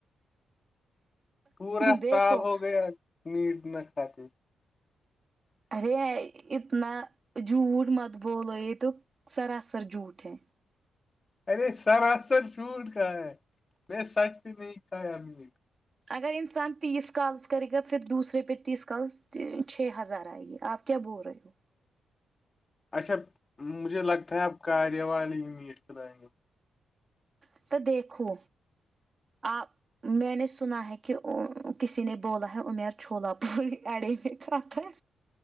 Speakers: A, on the left (about 35°); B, on the right (about 40°).
A: پورا
B: دیکھو
A: سال ہو گیا میٹ نہ کھاتے
B: ارے اتنا جھوٹ مت بولو یہ تو سراسر جھوٹ ہے
A: ارے سراسر چھوٹ کہا ہے میں سچ میں نہیں کھایا میٹ
B: اگر انسان تیس کالس کرے گا پھر دوسرے پہ تیس کالس چھ ہزار آئے گی آپ کیا بول رہے ہو
A: اچھا مجھے لگتا ہے اب کارے والی میٹ کھلائ گے
B: آپ تو دیکھو آ میں نے سنا ہے کہ کسی نے بولا ہے امیر چھلا پی اڑے میں کھتا ہے